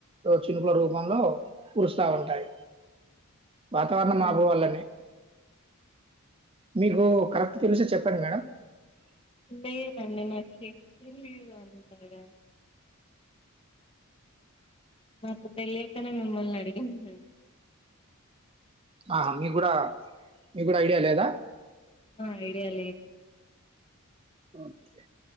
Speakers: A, on the right (about 25°); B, on the left (about 25°).
A: చినుకుల రూపంలో కురుస్తా ఉంటాయి వాతావరణం
B: హ్మ్.
A: మార్పు వల్లనే మీకు కరెక్ట్ తెలిస్తె చెప్పండి మేడం
B: లేదండి నాకి తెలిదంతగా నాకు తెలియకనే మిమ్మల్ని అడిగిందండి
A: ఆ మీ కూడా మీ కూడా ఐడియా లేదా
B: ఆ ఐడియా లేదు
A: ఓకే